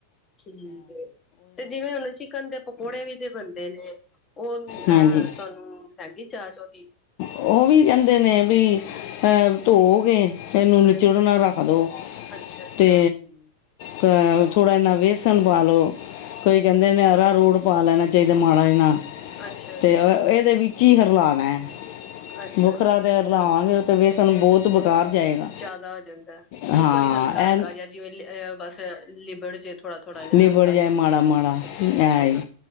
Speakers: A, on the left; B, on the left.
A: ਠੀਕ ਏ ਤੇ ਜਿਵੇਂ ਹੁਣ ਚਿਕਨ ਦੇ ਪਕੌੜੇ ਵੀ ਜ ਬਣਦੇ ਨੇ ਉਹ
B: ਹਾਂਜੀ
A: ਅਹ ਤੁਹਾਨੂੰ ਹੈਗੀ ਜਾਚ ਉਹਦੀ?
B: ਉਹ ਵੀ ਕਹਿੰਦੇ ਨੇ ਵੀ ਧੋਕੇ ਇਹਨੂੰ
A: ਹਾਂਜੀ
B: ਨਿਚੜ ਨਾ ਰੱਖ ਦੋ
A: ਅੱਛਾ ਅੱਛਾ
B: ਤੇ ਕ ਥੋੜਾ ਜਿਨਾ ਵੇਸਣ ਪਾਲੋ। ਕੋਈ ਕੈਂਦੇ ਨੇ ਅਰਾਰੋਟ ਪਾ ਲੈਣਾ ਚਾਈਦਾ ਮਾੜਾ ਜਿੰਨਾ
A: ਅੱਛਾ
B: ਤੇ ਅ ਏਦੇ ਵਿੱਚ ਹੀ ਹਰਲਾਨਾ ਐ
A: ਅੱਛਾ
B: ਵਖਰਾ
A: ਅੱਛਾ
B: ਤੇ ਰਲਾਵਾਂਗੇ ਤੇ ਵੇਸਣ ਬੋਤ ਬੇਕਾਰ ਜਾਏਗਾ
A: ਜ਼ਾਦਾ ਹੋ ਜਾਂਦਾ
B: ਹਾਂ
A: ਉੱਪਰ ਈ ਹਲਕਾ- ਹਲਕਾ
B: ਐ
A: ਜੇਆ ਜਿਵੇਂ ਬਸ ਲਿਬੜ ਜੇ ਥੋੜਾ ਥੋੜਾ ਜਿਹਾ
B: ਲਿਬੜ
A: ਹਲਕਾ
B: ਜਾਏ
A: ਜਿਹਾ
B: ਮਾੜਾ-ਮਾੜਾ
A: ਅੱਛਾ ਅੱਛਾ
B: ਐ ਈ